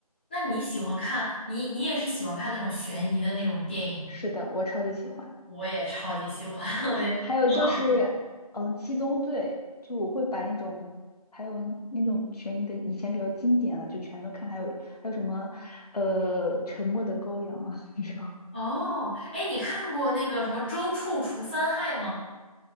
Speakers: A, on the left (about 15°); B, on the left (about 80°).
A: 那你喜欢看，你你也是喜欢看那种悬疑的那种电影？
B: 是的，我超级喜欢。
A: 我也超级喜欢，<laughs> 我觉得挺好看。
B: 还有就是，嗯，《七宗罪》，就我会把那种，还有那种悬疑的以前比较经典的就全都看，还有还有什么，呃，《沉默的羔羊》啊，这种。
A: 哦，哎，你看过那个什么《周处除三害》吗？